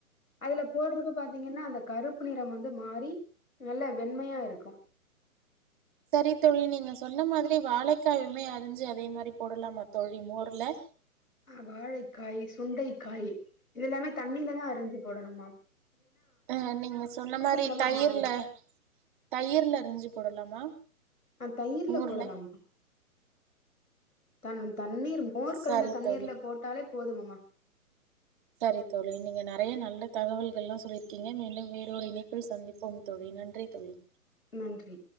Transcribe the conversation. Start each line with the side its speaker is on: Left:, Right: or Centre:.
Left: அதுல போடுறது பாத்தீங்கன்னா அந்த கருப்பு நிறம் வந்து மாறி நல்ல வெண்மையா
Right: ம்
Left: இருக்கும்
Right: சரி தோழி நீங்க சொன்ன மாதிரி வாழைக்காயுமே அறிஞ்சு அதே மாதிரி போடலாமா தோழி மோர்ல
Left: ஆஹ் வாழைக்காய் சுண்டைக்காய் இது எல்லாமே தண்ணியில தான் அறிஞ்சு போடணும்மா
Right: அஹ் நீங்க சொன்ன மாதிரி
Left: நிறமா
Right: தயிர்ல
Left: மாறிடு
Right: தயிர்ல அரிஞ்சு போடலாமா
Left: தயிர்ல
Right: மோர்ல
Left: போடலாமா தன் தண்ணீர் மோர் கலந்த
Right: சரி
Left: தண்ணீர்ல
Right: தோழி
Left: போட்டாலே போதுமம்மா
Right: சரி தோழி நீங்க நிறைய நல்ல தகவல்கலெல்லாம் சொல்லியிருக்கீங்க மீண்டும் வேறொரு ஒரு இணைப்பில் சந்திப்போம் தோழி நன்றி தோழி
Left: நன்றி